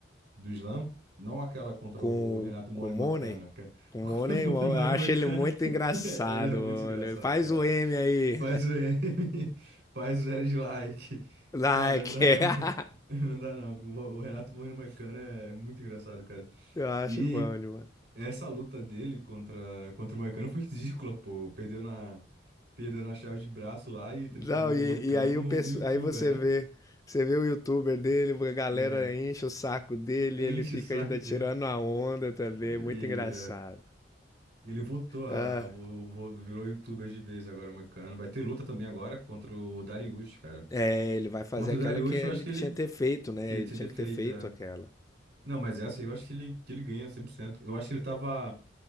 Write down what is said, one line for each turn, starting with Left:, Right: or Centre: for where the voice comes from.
Right: do Islam? Não aquela contra
Left: Com,
Right: o Renato Money
Left: com o Money,
Right: Makana, cara.
Left: com
Right: <laughs>
Left: o Money,
Right: Contra
Left: eu eu
Right: o Money
Left: acho
Right: Makana.
Left: ele muito engraçado,
Right: <laughs> Ele é muito
Left: Money.
Right: engraçado,
Left: Faz
Right: cara.
Left: o M aí,
Right: Faz o M, <laughs> faz o zero de like.
Left: <laughs> like.
Right: Cara, não dá
Left: <laughs>
Right: não. <laughs> Não dá não. O o Renato Moura e o Moicano é muito engraçado, cara.
Left: eu acho
Right: E
Left: bom demais.
Right: essa luta dele contra, contra o Moicano foi <laughs> ridícula, pô. Perdeu na, perdeu na chave de braço lá e transformou
Left: Não, e,
Right: o Moicano
Left: e aí,
Right: no,
Left: o, pesso-
Right: no YouTuber,
Left: aí você
Right: né?
Left: vê, você vê o youtuber dele, a galera
Right: É,
Left: enche o saco dele,
Right: <laughs> enche
Left: e ele fica
Right: o saco
Left: ainda
Right: dele.
Left: tirando a onda também,
Right: E,
Left: muito engraçado.
Right: é, ele voltou a.
Left: Ah,
Right: vo- vo- Virou YouTuber de vez agora, o Moicano. Vai ter luta também agora contra o Darius, cara.
Left: É, ele vai fazer
Right: Contra
Left: aquela
Right: o Darius,
Left: que ele
Right: eu acho que
Left: tinha
Right: ele.
Left: que ter feito, né?
Right: Que ele
Left: Ele
Right: tinha
Left: tinha
Right: que ter
Left: que
Right: feito.
Left: ter feito
Right: é.
Left: aquela.
Right: Não, mas essa aí eu acho que ele, que ele ganha 100%. Eu acho que ele tava,